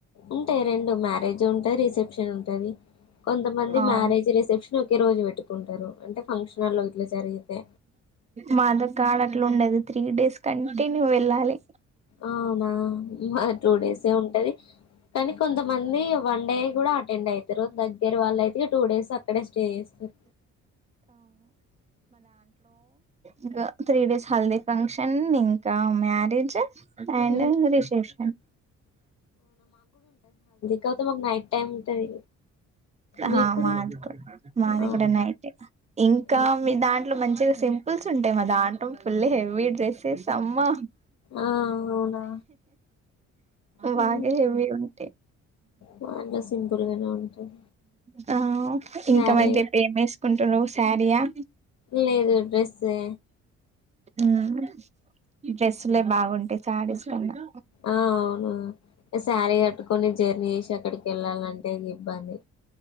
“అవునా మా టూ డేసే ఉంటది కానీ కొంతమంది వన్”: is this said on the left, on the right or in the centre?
Left